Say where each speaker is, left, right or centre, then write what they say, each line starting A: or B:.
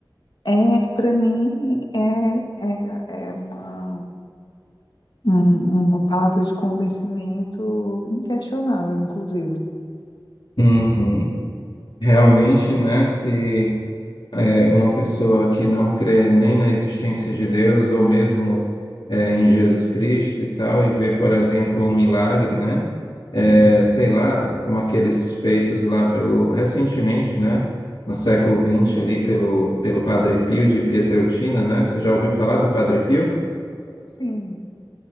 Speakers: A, on the left; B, on the left.
A: é para mim é, é, é uma, um- uma palavra de convencimento inquestionável, inclusive.
B: Uhum. Realmente, né? Se é, uma pessoa que não crê nem na existência de Deus ou mesmo é, em Jesus Cristo e tal, e vê, por exemplo, um milagre, né? É, sei lá, como aqueles feitos lá pelo recentemente, né? No século vinte ali pelo pelo Padre Pio de Pietrelcina, né? Você já ouviu falar do Padre Pio?
A: Sim,